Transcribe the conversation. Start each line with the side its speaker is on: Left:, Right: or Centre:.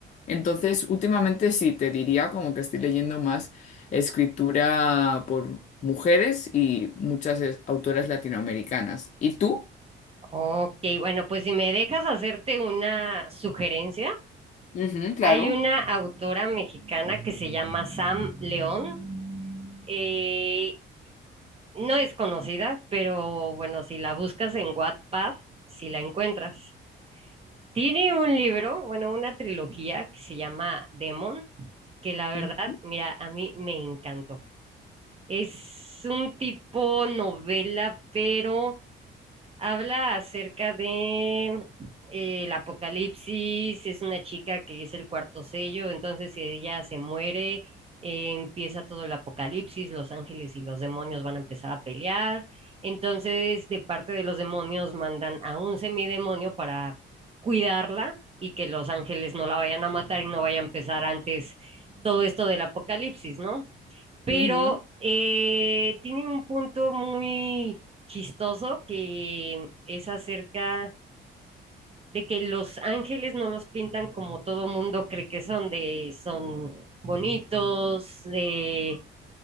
Left: Entonces, últimamente sí, te diría como que estoy leyendo más escritura por mujeres y muchas es- autoras latinoamericanas. ¿Y tú?
Right: Ok, bueno, pues si me dejas hacerte una sugerencia,
Left: Ujú, claro.
Right: hay una autora mexicana que se llama Sam León. eh, no es conocida, pero bueno, si la buscas en Wattpad, si la encuentras. Tiene un libro, bueno, una trilogía que se llama Demon, que la verdad,
Left: Ujú,
Right: mira, a mí me encantó. Es un tipo novela, pero Habla acerca de eh, el apocalipsis, es una chica que es el cuarto sello, entonces si ella se muere, eh, empieza todo el apocalipsis, los ángeles y los demonios van a empezar a pelear, entonces de parte de los demonios mandan a un semidemonio para cuidarla y que los ángeles no la vayan a matar y no vaya a empezar antes todo esto del apocalipsis, ¿no? Pero
Left: ujú.
Right: eh, tiene un punto muy chistoso que es acerca de que los ángeles no los pintan como todo mundo cree que son, de son bonitos, de